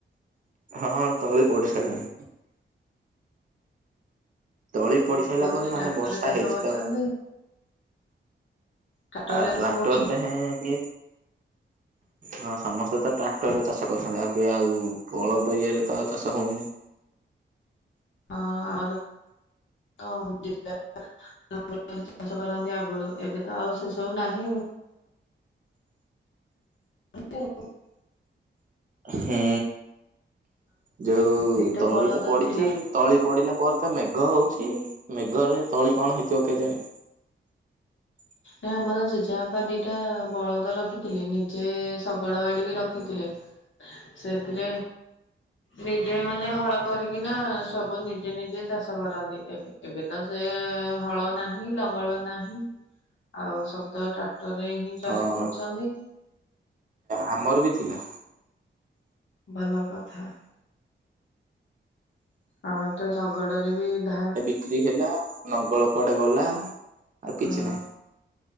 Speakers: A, on the right (about 40°); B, on the left (about 75°).
A: ହଁ ତଳି ପଡ଼ି ସାରିଲାଣି। ତଳି
B: ହଁ
A: ପଡି ସାରିଲା
B: କହୁଥିଲେ
A: ପରେ ମାନେ
B: ଟ୍ରାକ୍ଟରରେ
A: ବର୍ଷା
B: ଚାଷ
A: ହେଇଚି
B: କରୁଛନ୍ତି
A: ତ
B: ଟ୍ରାକ୍ଟରରେ
A: ଆ ଟ୍ରାକ୍ଟରଟେ
B: ଚାଷ କରୁଛନ୍ତି
A: ହେଁ ହଁ ସମସ୍ତେ ତ ଟ୍ରାକ୍ଟରରେ ଚାଷ କରୁଛନ୍ତି ଆଉ କିଏ ଆଉ ବଳଦ ଇଏରେ ଆଉ ଚାଷ ହଉନି।
B: ହଁ ଆମର ତ <unintelligible> ବଳଦ ଚାଷ କରନ୍ତି ଆଗରୁ ଏବେ ତ ଆଉ ସେ ସବୁ ନାହିଁ <unintelligible>
A: ହୁଁ ଯୋଉ
B: ଦିଟା
A: ତଳି
B: ବଳଦ
A: ତ ପଡିଚି
B: ଥିଲା।
A: ତଳି ପଡିଲା ପରେ ତ ମେଘ ହଉଚି ମେଘରେ ତଳି କଣ ହେଇଥିବ କେଜାଣି? <inaudible>
B: ନା ଆମର ଜେଜେବାପା ଦିଟା ବଳଦ ରଖିଥିଲେ ନିଜେ ଶଗଡ ଗାଡି ବି ରଖି ଥିଲେ ସେଥିରେ ନିଜେ ମାନେ ହଳ କରିକିନା ସବୁ ନିଜେ ନିଜେ ଚାଷ କରନ୍ତି ଏବେ ଏବେ ତ ସେ ହଳ ନାହିଁ ଲ ଙ୍ଗଳ ନାହିଁ ଆଉ ସବୁତ ଟ୍ରାକ୍ଟର ରେ ହିଁ ଚାଷ
A: ହଁ
B: କରୁଛନ୍ତି।
A: ଆମର ବି ଥିଲା।
B: ଭଲ କଥା। ଆମର ତ ଶଗଡ଼ରେ ବି ଧା
A: ବିକ୍ରୀ ହେଲା ନଙ୍ଗଳ କୁଆଡେ ଗଲା ଆଉ କିଛି
B: ହଁ
A: ନାହିଁ।